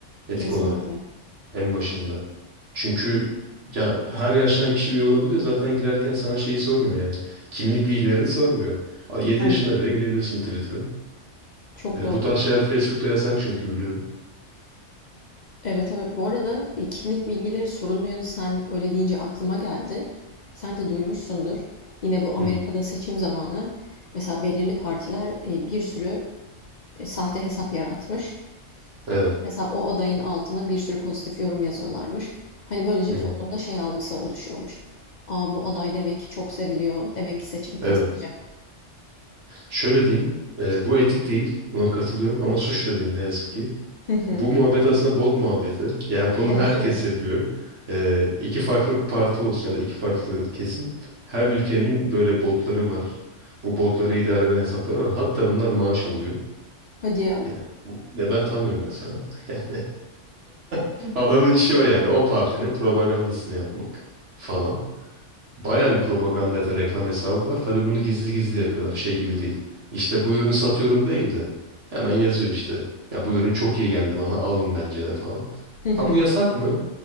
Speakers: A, on the right; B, on the left.
A: Etik
B: Kesinlikle.
A: olarak en başında. Çünkü ya her yaştan kişi üye olabiliyor. Zaten girerken sana şeyi sormuyor yani. Kimlik bilgilerini sormuyor. A, yedi
B: Aynen.
A: yaşında bile girebilirsin Twitter'a.
B: Çok
A: E,
B: doğru.
A: bu tarz şeyler Facebook'ta yasak çünkü biliyorum.
B: Evet, evet. Bu arada, eee, kimlik bilgileri sorulmuyordu. Sen öyle deyince aklıma geldi. Sen de duymuşsundur. Yine bu Amerika'da
A: Hı,
B: seçim zamanı mesela belirli partiler, eee, bir sürü, eee, sahte hesap yaratmış.
A: evet.
B: Mesela o adayın altına bir sürü pozitif yorum yazıyorlarmış. Hani, böylece
A: Hı
B: toplumda
A: hı.
B: şey algısı oluşuyormuş. aa bu aday demek ki çok seviliyor. Demek ki seçimi
A: Evet.
B: kazanacak.
A: Şöyle diyeyim, e, bu etik değil, buna katılıyorum ama suç da değil ne yazık ki.
B: Hı hı.
A: Bu muhabbet aslında bot muhabbeti. <laughs> Yani bunu
B: Evet,
A: herkes
B: evet.
A: yapıyor. E, iki farklı parti olsun ya da iki farklı kesim. Her ülkenin böyle botları var. Bu botları idare eden hesapları var. Hatta bunlar maaş alıyor.
B: Hadi ya.
A: Yani, bu- ya ben tanıyorum mesela. <laughs> Yani <laughs> adamın işi o yani. O partinin propagandasını yapmak falan. Bayağı bir propaganda ya da reklam hesabı var. Tabii bunu gizli gizli yapıyorlar. Şey gibi değil. İşte bu ürünü satıyorum değil de hemen yazıyor işte. Ya bu ürün çok iyi geldi bana alın bence de falan.
B: Hı hı.
A: Ha bu yasak mı?